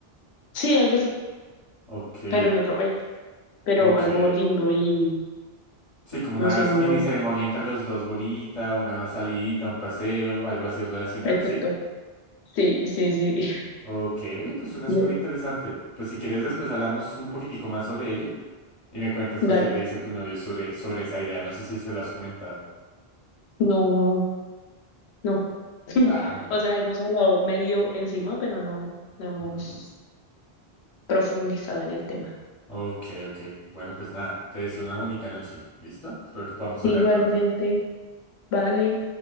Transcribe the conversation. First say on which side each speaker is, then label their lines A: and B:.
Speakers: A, on the left; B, on the left.
A: Sí, algo así,
B: Ok,
A: pero en otro país, pero
B: ok.
A: algo lindo y
B: Sí, como una
A: no sé, me-
B: mini ceremonia entre los dos bonita, una salidita, un paseo, algo así relacionado,
A: exacto.
B: ¿sí?
A: Sí, sí, sí. <laughs>
B: Ok, oye, pues suena
A: Y
B: súper interesante. Pues si quieres después hablamos un poquitico más sobre ello y me cuentas
A: Dale,
B: pues qué te dice tu novio sobre, sobre esa idea. No sé si se lo has comentado.
A: no, no, no. <laughs>
B: Ah, bueno.
A: O sea, hemos hablado medio encima, pero no, no hemos
B: Ujú.
A: profundizado en el tema.
B: Ok, ok. Bueno, pues nada, te deseo una bonita noche. ¿Listo? Espero que podamos
A: Igualmente,
B: hablar pronto.
A: vale.